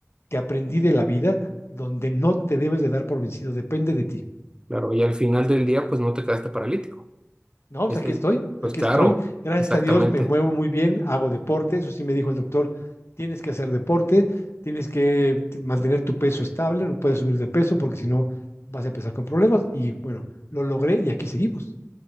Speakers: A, on the left (about 55°); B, on the right (about 15°).
A: que aprendí de la vida, donde no te debes de dar por vencido, depende de ti.
B: claro, y al final del día, pues no te quedaste paralítico.
A: No, pues
B: Este,
A: aquí
B: es-
A: estoy,
B: eh, pues
A: aquí
B: claro,
A: estoy. Gracias
B: exactamente.
A: a Dios me muevo muy bien, hago deporte, eso sí me dijo el doctor, tienes que hacer deporte, tienes que mantener tu peso estable, no puedes subir de peso porque si no vas a empezar con problemas. Y bueno, lo logré y aquí seguimos.